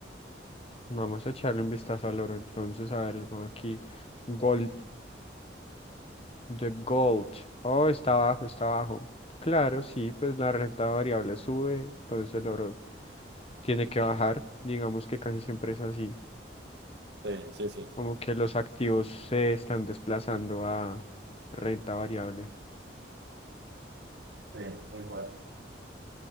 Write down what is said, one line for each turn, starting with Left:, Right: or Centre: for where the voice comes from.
Left: Vamos a echarle un vistazo al oro entonces, a ver, vamos aquí. Gold. The Gold. Oh, está abajo, está abajo. Claro, sí, pues la renta variable sube, entonces el oro tiene que bajar. Digamos que casi siempre es así.
Right: Sí, sí, sí.
Left: Como que los activos se están desplazando a renta variable.
Right: Sí, tal cual.